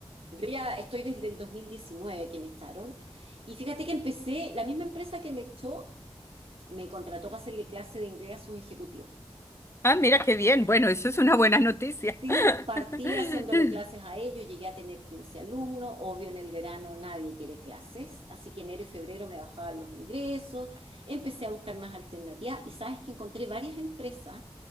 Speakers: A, on the right (about 70°); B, on the left (about 25°).
A: Yo ya estoy desde el 2019 que me echaron y fíjate que empecé, la misma empresa que me echó me contrató para hacerle clase de inglés a sus ejecutivos.
B: Ah, mira qué bien. Bueno, eso es una buena noticia.
A: Sí,
B: <laughs>
A: partí haciéndole clases a ellos, llegué a tener 15 alumnos, obvio en el verano nadie quiere clases, así que enero y febrero me bajaban los ingresos, empecé a buscar más alternativas y sabes que encontré varias empresas